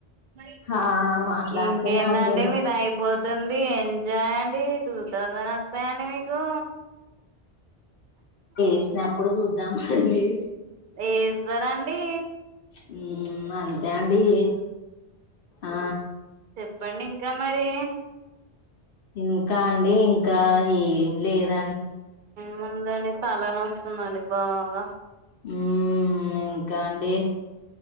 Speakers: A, on the right (about 55°); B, on the left (about 60°).
A: దే
B: ఆ మాట్లాడుతున్నా
A: ఇంకేందండీ
B: అండి
A: మీది అయిపోద్ ఎంటండీ ఎంజాయండీ టూ తౌసండ్ వస్తయండి మీకూ
B: ఎసినప్పుడు జూద్దాం అండీ
A: ఎ జ్జత్ రాండీ
B: మ్మ్. అంతే అండి ఇదీ ఆ
A: చెప్పండి. ఎట్ల మరీ.
B: ఇంకా అండి, ఇంకా ఏం లేద
A: మావ్ ఉందండి, తల నోస్తుందండి బాగా.
B: మ్మ్ ఇంకా అండి